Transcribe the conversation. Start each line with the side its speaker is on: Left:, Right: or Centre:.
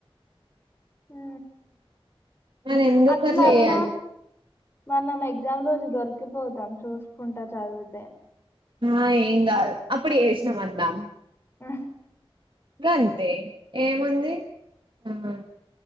Left: ఊ
Right: మనం ఎందుకు
Left: అట్లన్నా
Right: అట్లా చేయాలి
Left: మన ఎగ్జామ్ రోజు దొరికిపోతాం చూసుకుంటా చదివితే
Right: ఆ ఏం గాదు అప్పుడు ఏసినాం అంటా
Left: ఉ
Right: గంతే ఏముంది ఆహా